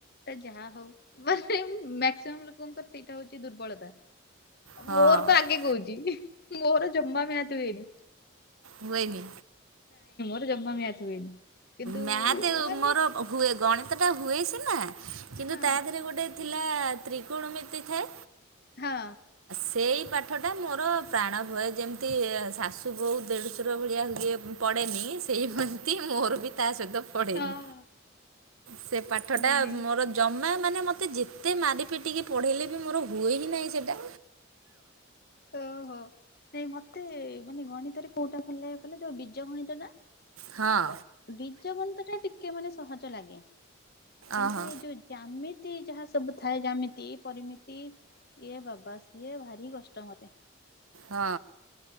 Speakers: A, on the left; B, on the right.
A: ଯାହା ହଉ ମାନେ ମାକ୍ସିମମ୍ ଲୋକଙ୍କର ସେଇଟା ହଉଛି ଦୁର୍ବଳତା
B: ହଁ
A: ମୋର ତ ଆଗେ କହୁଚି। ମୋର ଜମା ମ୍ୟାଥ୍ ହୁଏନି।
B: ହୁଏନି।
A: ତ ଜମା ମ୍ୟାଥ୍ ହୁଏନି। କିନ୍ତୁ
B: ମ୍ୟାତ
A: ମାନେ
B: ମୋର ହୁଏ ଗଣିତ ଟା ହୁଏ ସିନା କିନ୍ତୁ
A: ହଁ
B: ତା ଦେହରେ ଗୋଟେ ଥି ଥିଲା ତ୍ରିକୋଣମିତି ଥାଏ।
A: ହଁ।
B: ସେଇ ପାଠଟା ମୋର ପ୍ରାଣ ଭୟ ଯେମିତି ଶାଶୁ ବୋଉ ଦେଢ଼ଶର ଭଳିଆ ହୁଏ ପଡ଼େନି ସେଇ ହନ୍ତି ମୋର ବି। ତା ସହିତ ପଡେନି।
A: ହଁ
B: ସେ ପାଠ ଟା
A: ନାଇଁ ନାଇଁ
B: ମୋର ଜମା ମାନେ ମୋତେ ଯେତେ ମାରି ପିଟିକି ପଢେଇଲେ ବି ମୋର ହୁଏ ହିଁ ନାହିଁ ସେଟା।
A: ଓହୋ! ନାଇଁ ମୋତେ ମାନେ ଗଣିତରେ କୋଉଟା ଭଲ ଲାଗେ କିହିଲ ଯୋଉ ବିଜ ଗଣିତଟା
B: ହଁ
A: ବିଜ ଗଣିତଟା ଟିକେ ମାନେ ସହଜ ଲାଗେ। କିନ୍ତୁ
B: ଓହୋ
A: ଏଇ ଯୋଉ ଜ୍ୟାମି ତି ଯାହା ସବୁ ଥାଏ ଜାମିତି ପରିମିତି ଇଏ ବାବା ସିଏ ଭାରି କଷ୍ ଟ ମୋତେ।
B: ହଁ